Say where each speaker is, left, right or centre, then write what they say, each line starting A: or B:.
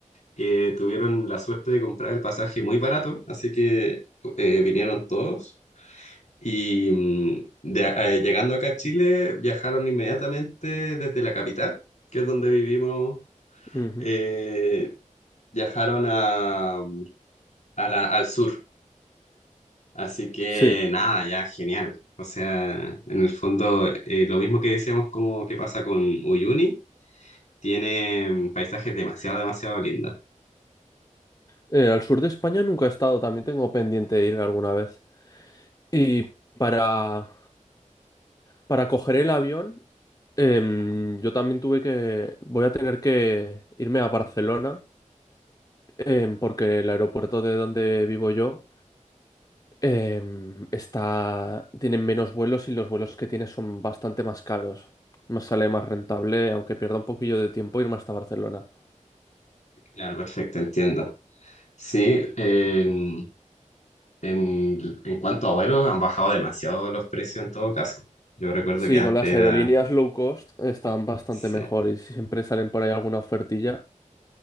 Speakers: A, on the left; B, on the left.
A: que tuvieron la suerte de comprar el pasaje muy barato, así que eh, vinieron todos. Y mm, de- eh, llegando acá a Chile, viajaron inmediatamente desde la capital, que es donde vivimos,
B: Ujú.
A: eh, viajaron a, a la- al sur Así que
B: Sí.
A: nada, ya genial. O sea, en el fondo, eh, lo mismo que decíamos como que pasa con Uyuni, tiene mm, paisajes demasiado, demasiado lindos.
B: Eh, al sur de España nunca he estado, también tengo pendiente ir alguna vez. Y para, para coger el avión, em, yo también tuve que... Voy a tener que irme a Barcelona, em, porque el aeropuerto de donde vivo yo em, está, tienen menos vuelos y los vuelos que tiene son bastante más caros. Más sale más rentable, aunque pierda un poquillo de tiempo, irme hasta Barcelona.
A: Claro, perfecto, entiendo. Sí, en, en, en cuanto a vuelos, han bajado demasiado los precios en todo caso. Yo recuerdo
B: Sí,
A: que antes
B: con las
A: era...
B: aerolíneas low cost están bastante
A: Sí,
B: mejor y siempre salen por ahí alguna ofertilla